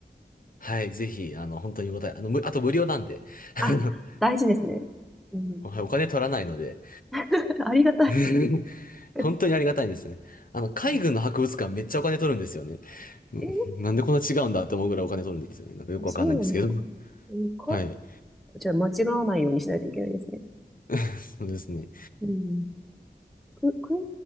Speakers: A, on the left; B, in the centre.
A: はい、ぜひ、あの、本当に見応え、あの、むあと無料なんで、<laughs> あの、
B: あ、大事ですね。うん。
A: はいお金取らないので、
B: <laughs> ありがたい。
A: <laughs>
B: <laughs>
A: 本当にありがたいんですよね。あの、
B: うん、
A: 海軍の博物館めっちゃお金取るんですよね。うん、
B: え
A: なんでこんな違うんだって思うぐらいお金取るんですよね。なんかよくわかんないんですけど。
B: ーそうなんですかね。うんか、
A: はい。
B: こちら間違わないようにしないといけないですね。
A: そうですね。
B: うん。く、空